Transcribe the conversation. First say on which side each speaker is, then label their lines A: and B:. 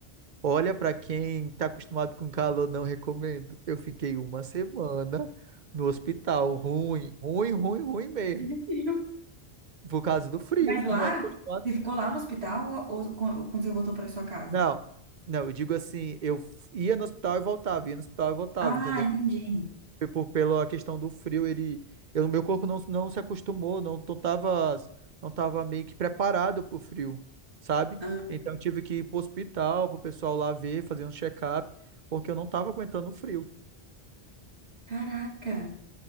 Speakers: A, on the right; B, on the right.
A: Olha, pra quem tá acostumado com calor, não recomendo. Eu fiquei uma semana no hospital, ruim, ruim, ruim, ruim mesmo,
B: <laughs>
A: por causa do frio,
B: Mas lá,
A: não era acostumado.
B: você ficou lá no hospital ou, ou quan- quando você voltou para sua casa?
A: Não, não, eu digo assim, eu ia no hospital e voltava, ia no hospital e voltava,
B: Ah,
A: entendeu?
B: entendi.
A: por, pela questão do frio, ele, eu, meu corpo não, não se acostumou, não, não tava, não tava meio que preparado pro frio, sabe?
B: Ah,
A: Então eu tive que ir pro hospital, pro pessoal lá ver, fazer um check-up, porque eu não tava aguentando o frio.
B: caraca.